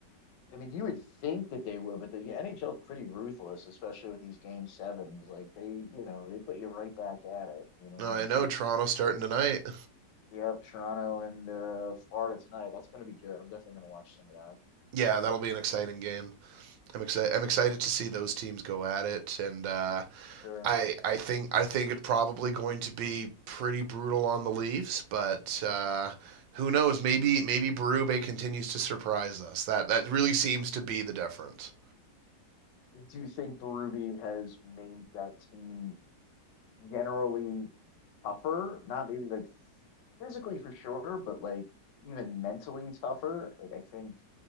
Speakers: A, on the left (about 75°); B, on the right (about 80°).
A: I mean, you would think that they would, but the NHL is pretty ruthless, especially with these game sevens. Like they, you know, they put you right back at it. You know,
B: No, I
A: like
B: know
A: they
B: Toronto's starting tonight.
A: Yep, Toronto and uh, Florida tonight. That's going to be good. I'm definitely going to watch some of that.
B: Yeah, that'll be an exciting game. I'm excited. I'm excited to see those teams go at it, and uh,
A: Sure.
B: I I think I think it's probably going to be pretty brutal on the Leafs, but uh, who knows? Maybe maybe Berube continues to surprise us. That that really seems to be the difference.
A: Do you think Berube has made that team generally tougher? Not maybe like physically for sure, but like even mentally tougher. Like I think